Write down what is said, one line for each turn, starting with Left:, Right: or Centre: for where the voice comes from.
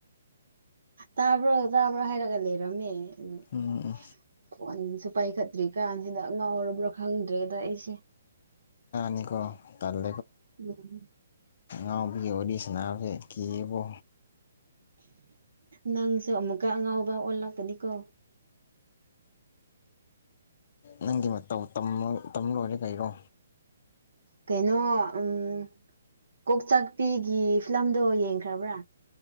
Right: ꯇꯥꯕ꯭ꯔꯣ ꯇꯥꯕ꯭ꯔꯥ ꯍꯥꯏꯔꯒ ꯂꯩꯔꯝꯃꯦ ꯑꯗꯨꯣꯟ
Left: ꯎꯝ ꯎꯝ
Right: ꯄꯥꯏꯈꯠꯇ꯭ꯔꯤ ꯀꯥꯟꯁꯤꯗ ꯉꯥꯎꯔꯕ꯭ꯔꯥ ꯈꯪꯗ꯭ꯔꯦꯗ ꯑꯩꯁꯦ
Left: ꯅꯤ ꯀꯣ ꯇꯥꯂꯦ
Right: ꯎꯝ
Left: ꯑ ꯐꯤ ꯑꯣꯏꯔꯤ ꯁꯅꯥꯁꯦ ꯀꯕꯣ
Right: ꯅꯪꯁꯨ ꯑꯃꯨꯛꯀ ꯑꯉꯥꯎꯕ ꯑꯣꯜꯂꯛꯀꯅꯤꯀꯣ
Left: ꯅꯪꯒꯤ ꯃꯇꯧ ꯇꯝ ꯂꯣꯏꯔꯦ ꯀꯔꯣ
Right: ꯀꯩꯅꯩꯅꯣ ꯎꯝ ꯀꯣꯛꯆꯥꯛꯄꯤꯒꯤ ꯐꯤꯂꯝꯗꯣ ꯌꯦꯡꯈ꯭ꯔꯕ꯭ꯔꯥ